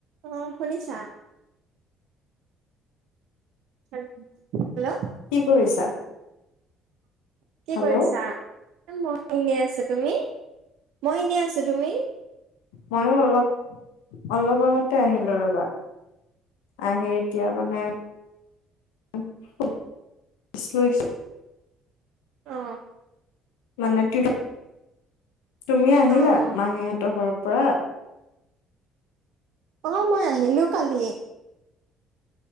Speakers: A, on the right (about 55°); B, on the left (about 65°).
A: অহ, শুনিছা। হেল্ল।
B: কি কৰিছা?
A: কি
B: হেল্ল'
A: কৰিছা? মই এনে আছো। তুমি মই এনেই আছো, তুমি?
B: ময়ো অলপ অলপ আগতে আহিলো, ৰবা আহি, এতিয়া মানে <unintelligible> ৰেষ্ট লৈছো।
A: অঁ।
B: মানে টিউচন তুমি আহিলা,
A: অ', অ',
B: মাহীহঁতৰ ঘৰৰ পৰা?
A: অ, মই আহিলো কালিয়ে।